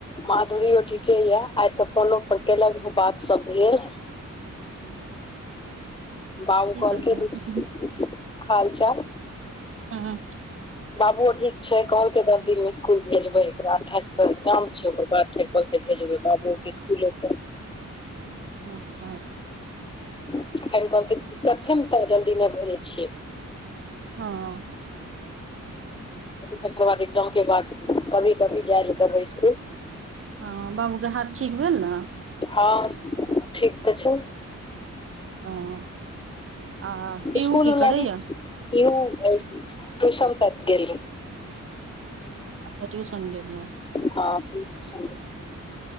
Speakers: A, on the left; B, on the right.
A: माधुरो ठीके यऽ आइ तऽ फोनो पर केलक बात सब भेल
B: <inaudible>
A: बाबू
B: की सब
A: कहलके
B: करथिन
A: दू तीन हालचाल
B: हँ <inaudible>
A: बाबु ठीक छै कहलकै दस दिन मे स्कूल भेजबै एकरा अठाइस सए काम छै ओकर बाद फे। <unintelligible>
B: अच्छ
A: <unintelligible> जल्दी नहि भेजै छियै।
B: हँ।
A: तकर बाद एग्जाम के बाद कभी कभी जाइ ले देबै इसकुल।
B: ह बाबू के हाथ ठीक भेल न
A: हँ ठीक तऽ छै।
B: हँ आ पीहू
A: इसकुल
B: की
A: बला
B: करैया
A: रिक्श ट्यू आय ट्यूशन तक गेलै
B: अ तऽ ट्यूशन गेल य
A: हँ ब्यूटी संगे।